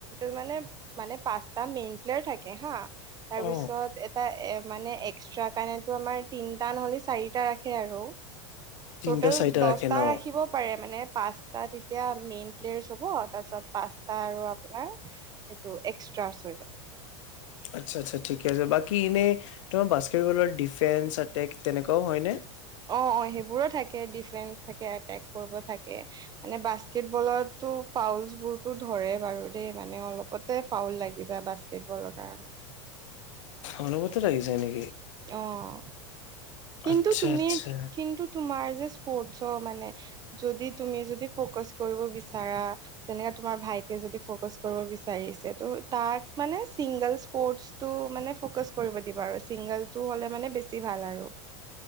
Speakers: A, on the right (about 25°); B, on the left (about 75°).
A: মানে, মানে, পাঁচটা মেইন প্লেয়াৰ থাকে হা। তাৰপিছত
B: অ
A: এটা মানে, এক্সট্ৰা কাৰনেতো আমাৰ তিনটা নহ'লে, চাৰিটা ৰাখে আৰু।
B: তিনটা
A: টোটেল
B: চাৰিটা
A: দহটা
B: ৰাখে ন
A: ৰাখিব পাৰে মানে। পাঁচটা যেতিয়া মেইন প্লেয়েৰাচ হ'ব। পাঁচটা আৰু আপোনাৰ এক্সট্ৰা ছয়টা।
B: আচ্ছা, আচ্ছা, ঠিকে আছে। বাকী, এনে তোমাৰ বাস্কেটবলৰ ডিফেন্স এটেক তেনেকুৱাও হয়নে?
A: অ'! অ'! সেইবোৰো থাকে, ডিফেন্স থাকে, এটেক কৰিব থাকে। মানে, বাস্কেটবলত ত' ফাউলচ বোৰতো ধৰে বাৰু দেই, মানে, অলপতে ফাউল লাগি যায় বাস্কেটবলৰ কাৰণে।
B: অলপতে লাগি যায় নেকি?
A: অ'! কিন্তু
B: আচ্ছা
A: তুমি,
B: আচ্ছা
A: কিন্তু তোমাৰ যে, স্পৰ্টছ চ' মানে, যদি তুমি, যদি ফকাচ কৰিব বিচাৰা, যেনেকে, তোমাৰ ভাইট যদি ফ'কাচ কৰিব বিচাৰিছে। ত' তাক মানে, চিংগল স্পৰ্টছটো মানে, ফ'কাচ কৰিব দিবা। আৰু চিংগলটো হ'লে মানে, বেছি ভাল আৰু।